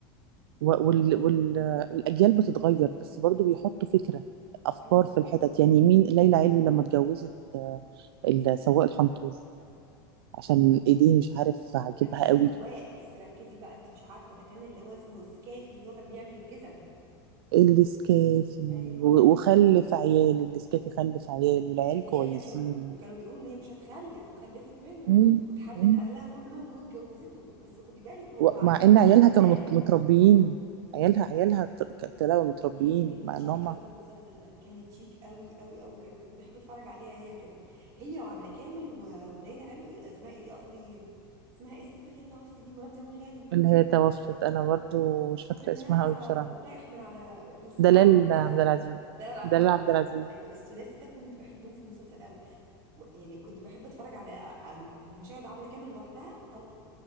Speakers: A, on the right; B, on the right.
A: والاجيال وال... الأجيال بتتغير بس برضو بيحطوا فكره افكار
B: ايوه
A: في الحتت يعني مين ليلى علوي لما اتجوزت ال- سواق الحنطور عشان ايديه مش عارف عاجبها
B: ده مش السواق
A: قوي
B: بس ركزي بقى انت مش عارفه ده كان اللي هو اسمه سكافي اللي هو كان بيعمل الجزم
A: النسكافي
B: ايوه
A: و-
B: ايوه
A: وخلف عيال النسكافي خلف عيال والعيال
B: وكانت هي
A: كويسين
B: كانت م... وكانوا بيقولوا ان هي مش هتخلف وخلفت منه
A: مم.
B: وتحدت
A: مم.
B: اهلها كلهم واتجوزته بس خدي بالك هو
A: و-
B: عاش
A: مع
B: هناك
A: ان عيالها
B: فلاح
A: كانوا مت- متربيين عيالها عيالها ت- ك- طلعوا متربيين
B: هي كانت
A: مع
B: شيك
A: ان هما
B: قوي في المسلسل ده كانت شيك قوي قوي قوي بجد كنت بحب اتفرج عليها هي كده هي وعبلة كامل و... وليلى علو إيه اسمها ايه دي اصلي اسمها ايه الست اللي هي توفت دي مرات سمير غانم
A: اللي هي توفت انا برضو مش فاكره
B: حاسه انها
A: اسمها قوي بصراحه
B: رايح من على اسمها
A: دلال
B: <laughs>
A: عبد العزيز
B: دلال عبد
A: دلال
B: العزيز
A: عبد العزيز
B: ايوه الثلاثي ده كنت بحبهم في المسلسل قوي و- يعني كنت بحب اتفرج على على- يعني مشاهد عبلة كامل لوحدها طلقه